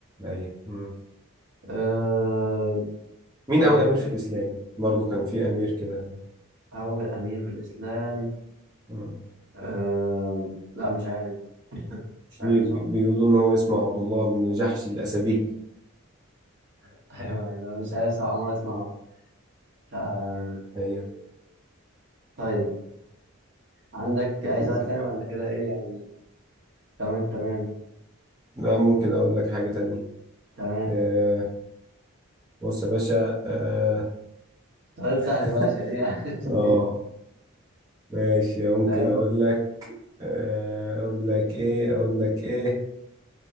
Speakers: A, on the right (about 15°); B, on the right (about 50°).
A: أيوه مم.
B: آه،
A: مين
B: طيب
A: أول أمير في الإسلام برضو كان في أمير كده
B: أول أمير في الإسلام
A: آه.
B: أه... لا مش عارف مش
A: في
B: عارف
A: بي-
B: صح
A: بيقولوا إن هو اسمه عبد الله بن جحش الأسدي
B: <laughs> أيوه أيوه مش عارف صح عمري أسمع
A: مم.
B: أه...
A: أيوه
B: طيب عندك أي
A: قول
B: سؤال تاني ولا كده إيه يعني تمام تمام
A: لا ممكن أقول لك حاجة تانية
B: تمام
A: آه. بص يا باشا آه.
B: سؤال سهل
A: <laughs>
B: بقى عشان إيه <laughs> أختم
A: آه
B: بيه
A: ماشي ممكن
B: فاهم
A: أقول لك آه، أقول لك إيه أقول لك إيه